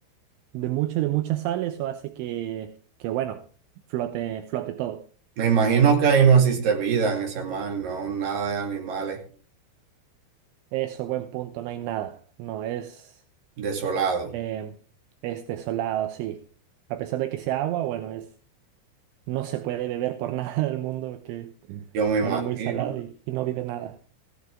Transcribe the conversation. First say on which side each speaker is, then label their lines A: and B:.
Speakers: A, on the right (about 80°); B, on the right (about 50°).
A: De mucha, de mucha sal, eso hace que, que bueno, flote, flote todo.
B: Me imagino que ahí no existe vida en ese mar, no, nada de animales
A: Eso, buen punto, no hay nada. No, es
B: desolado.
A: em, es desolado, sí. A pesar de que sea agua, bueno, es, no se puede beber por <laughs> nada del mundo, que,
B: Yo me imagino.
A: bueno, es muy salado y, y no vive nada.